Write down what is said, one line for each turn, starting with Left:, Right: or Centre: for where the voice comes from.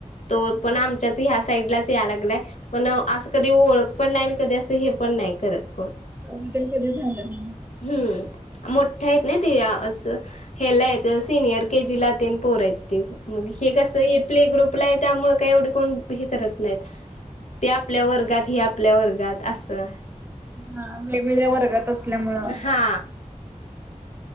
Left: तो पण
Right: हा.
Left: आमच्याच, ह्या साईडलाच या लागलाय. पण असं कधी ओळख पण नाही, आणि कधी असं हे पण नाही, करत कोण.
Right: अ कध झालं नाही.
Left: हम्म. मोठ्या आहेत ना ते, असं हेला येत सिनियर के जी ला तेन पोर येत. ते मग, हे कस, हे प्ले- ग्रुपला आहे, त्यामुळ काय एवढे कोण हे करत नाहीत. ते आपल्या वर्गात हे आपल्या वर्गात असं
Right: हा वेगवेगळ्या वर्गात असल्यामुंळ
Left: हा